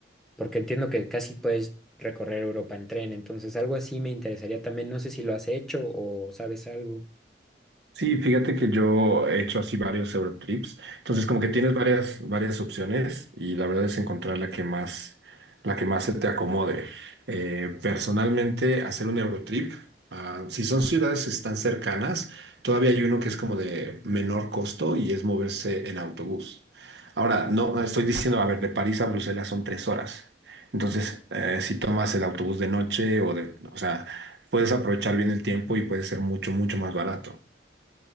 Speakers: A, in the centre; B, on the right.
A: porque entiendo que casi puedes recorrer Europa en tren, entonces algo así me interesaría también, no sé si lo has hecho o sabes algo.
B: Sí, fíjate que yo he hecho así varios Eurotrips. Entonces, como que tienes varias, varias opciones y la verdad es encontrar la que más, la que más se te acomode. Eh, personalmente, hacer un Eurotrip, ah, si son ciudades tan cercanas, todavía hay uno que es como de menor costo y es moverse en autobús. Ahora, no, no estoy diciendo, a ver, de París a Bruselas son tres horas. Entonces, eh, si tomas el autobús de noche o de, o sea, puedes aprovechar bien el tiempo y puede ser mucho, mucho más barato.